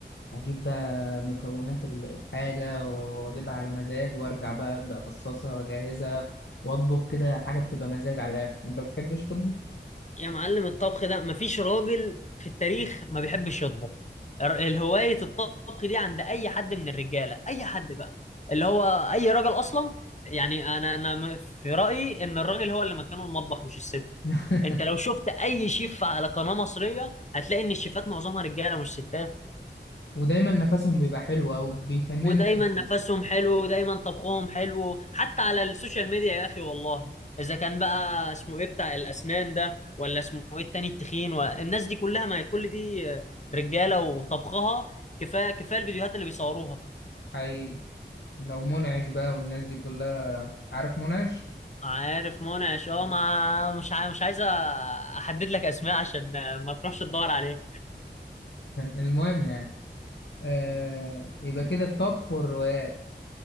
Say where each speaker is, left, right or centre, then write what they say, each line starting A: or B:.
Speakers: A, on the left; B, on the left.
A: اجيب بقى مكونات ال- الحاجه واجيبها على مزاج وارجع بقى ابدا افصصها واجهزها واطبخ كده حاجه بتبقى مزاج على الاخر انت بتحبش تطبخ
B: يا معلم الطبخ ده مفيش راجل في التاريخ ما بيحبش يطبخ الر- الهواية الطبخ دي عند أي حد من الرجالة أي حد بقى اللي هو أي راجل أصلا يعني أنا أنا م- في رأيي إن الراجل هو اللي مكانه المطبخ مش الست
A: <laughs>
B: أنت لو شفت أي شيف على قناة مصرية هتلاقي إن الشيفات معظمها رجالة مش ستات
A: ودايما نفسهم بيبقى حلو او بيفننوا
B: ودايما
A: كده
B: نفسهم حلو ودايما طبخهم حلو حتى على السوشيال ميديا يا اخي والله اذا كان بقى اسمه ايه بتاع الاسنان ده ولا اسمه ايه التاني التخين والناس دي كلها ما هي كل دي رجاله وطبخها كفايه كفايه الفيديوهات اللي بيصوروها
A: حقيقي لو منعش بقى والناس دي كلها عارف منعش
B: عارف منعش اه
A: <laughs>
B: ما مش عاي... مش عايز احدد لك اسماء عشان ما تروحش تدور عليه
A: المهم يعني آه يبقى كده الطبخ والروايات